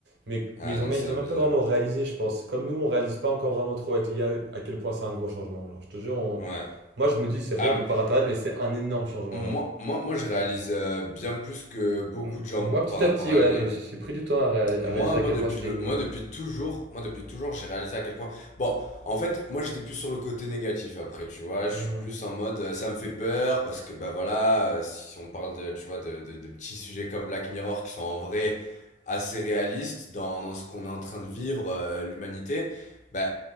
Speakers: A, on the right; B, on the left.
A: Mais,
B: Ah
A: mais ils
B: non,
A: ont, même-
B: c'est
A: ils
B: abusé.
A: ont même pas vraiment réalisé, je pense. Comme nous, on réalise pas encore vraiment trop avec l'IA à quel point c'est un gros changement. Genre, je te jure, on-
B: Ouais.
A: moi, je me dis que c'est rien
B: Ah,
A: comparé à Internet, mais c'est un énorme changement,
B: Moi,
A: genre.
B: moi, moi, je réalise euh, bien plus que beaucoup
A: M-
B: de gens
A: Moi, petit
B: par
A: à
B: rapport
A: petit,
B: à
A: ouais,
B: l'IA.
A: mais j'ai j'ai pris du temps à, ré-
B: Moi,
A: à réaliser à
B: moi,
A: quel
B: depuis
A: point c'était
B: le,
A: une...
B: moi, depuis toujours, moi, depuis toujours, j'ai réalisé à quel point. Bon, en fait, moi, j'étais plus sur le côté négatif après, tu vois. Je
A: Hmm.
B: suis plus en mode, euh, ça me fait peur parce que, bah voilà, euh, si on parle de, tu vois, de, de, de petits sujets comme Black Mirror qui sont en vrai assez réalistes dans, dans ce qu'on est en train de vivre, euh, l'humanité, bah,